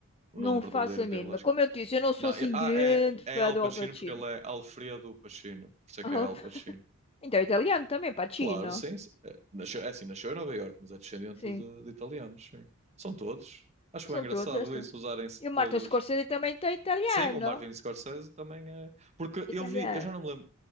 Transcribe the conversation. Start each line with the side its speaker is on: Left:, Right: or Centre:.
Right: o
Left: Não
Right: nome verdadeiro
Left: faço a
Right: dele,
Left: mínima.
Right: acho
Left: Como
Right: que.
Left: eu te disse, eu não sou
Right: Não,
Left: assim
Right: é- ah,
Left: grande
Right: é, é
Left: fã
Right: Al
Left: do
Right: Pacino
Left: Al Pacino.
Right: porque ele é Alfredo Pacino, por isso é que
Left: Al-
Right: é Al
Left: <laughs>
Right: Pacino.
Left: Então, italiano também, Pacino.
Right: Claro, sim. sim. É, nasceu, é assim, nasceu em Nova Iorque, mas é descendente
Left: Sim,
Right: de, de italianos, sim. São todos. Acho
Left: são
Right: bem engraçado
Left: todos. Estes.
Right: isso, usarem-se
Left: E o
Right: todos.
Left: Martin Scorsese também tem italiano.
Right: Sim, o Martin Scorsese também é. Porque
Left: Italiano.
Right: eu vi, eu já não me lembro